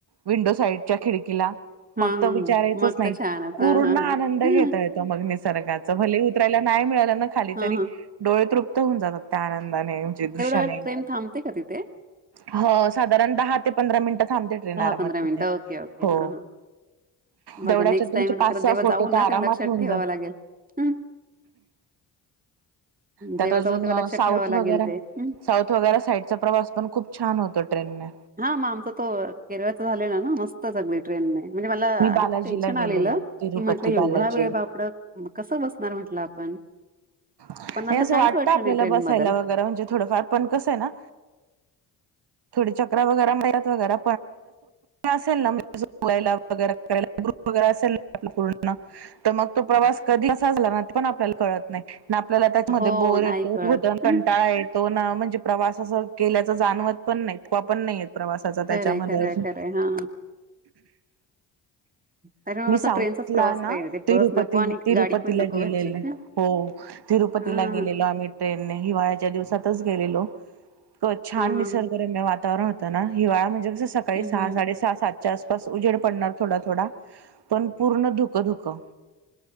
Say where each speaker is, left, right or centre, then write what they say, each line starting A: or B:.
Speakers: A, on the right; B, on the right.
A: विंडो साईडच्या खिडकीला
B: हा
A: मग
B: हा
A: त विचारायचंच
B: हा. मग
A: नाही
B: तर छानच
A: पूर्ण
B: हा हा हा
A: आनंद घेता येतो मग निसर्गाच भले उतरायला नाही मिळालं खाली
B: हा
A: तरी
B: हा
A: डोळे तृप्त होऊन जातात त्याआनंदाने म्हणजे दृश्याने
B: तेवढा वेळ ट्रेन थांबते का तिथे
A: हं साधारण दहा ते पंधरा मिनिटं थांबते ट्रेन
B: दहापधरा
A: आरामात तिथे
B: मिनटं ओके ओके
A: हो
B: हां हां मग
A: तेवढ्याच्या
B: नेक्स्ट
A: तुमचे
B: टाइम
A: पाच
B: खरं
A: सहा
B: जेव्हा
A: फोटो
B: जाऊना
A: तर आरामात
B: तेव्हा लक्षात
A: होऊन
B: ठेवावं
A: जात
B: लागेल हं
A: त्यात
B: जेव्हा
A: अजून
B: जाऊ तेव्हा लक्षात
A: साऊथ
B: ठेवावं लागेल
A: वगैरा
B: ते. हं.
A: साऊथ वगैरे साईडचा प्रवास पण खूपछान होतो ट्रेनने
B: हां मग आमचा तो केरळचा झालेलानां ट्रेनणे म्हणजे मला
A: मी
B: आधी
A: बालाजीला
B: टेन्शन आलेलं
A: गेलेले तिरुपती
B: की म्हटलं एवढा
A: बालाजीला
B: वेळ बापरे कसं नर म्हटलं आपण
A: नाहीअसं
B: पण नंतर काहीच
A: वाटतं
B: वाटलं
A: आपल्याला
B: नाही ट्रेन
A: बसायला
B: मध्ये.
A: वगैरे म्हणजे थोडं कसं आहेना थोडं चकरा वगैरा मारत वगैरा असेल नाे बोयला वगैरे करायला ग्रुप वगैरे असेल ना आप पूर्ण तर मग तो प्रवास कधी झाला ना ते पण आपल्याला कळत नाही आपल्याला त्याचमध्ये
B: हो
A: बोर
B: नाही
A: होतं
B: कळत
A: आणि कंटाळा
B: हं,
A: तो ना म्हणजे प्रवास असं केल्याच जाणवत पण नाही थकवा पण नाही येत त्याचा त्याच्यामध्ये
B: खरंय खरंय
A: अजून
B: खरंय हा. त्याच्यामुळे
A: मी
B: असं
A: साऊथला
B: ट्रेनचाच प्रवास
A: ना
B: पाहिजे ते
A: तिरुपती
B: बस नको आणि
A: तिरुपतीला
B: गाडी पण नको
A: गेलेले
B: घरची हा
A: हो तिरुपतीला
B: हा.
A: गेलेलो आम्ही ट्रेननेे हिवाळ्याच्या दिवसातच गेलेलो इतकं छान
B: हा हा
A: निसर्ग
B: हा
A: रम्य वातावरण होतना हिवाळा म्हणजे कसं सकाळी
B: हम्म
A: सहा
B: हम्म
A: साडेसहा सातच्या आसपास उजेड पडतं थोडा थोडा पण पूर्ण धुकं धुकं